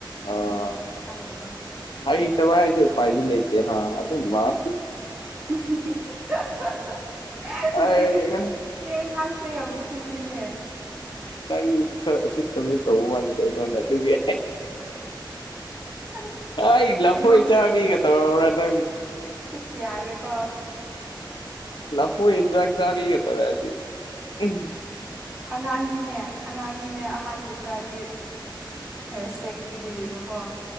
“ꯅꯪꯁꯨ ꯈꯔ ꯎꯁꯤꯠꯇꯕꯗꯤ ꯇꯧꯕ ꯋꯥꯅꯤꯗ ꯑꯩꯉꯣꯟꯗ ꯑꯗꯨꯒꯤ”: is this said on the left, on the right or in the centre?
Left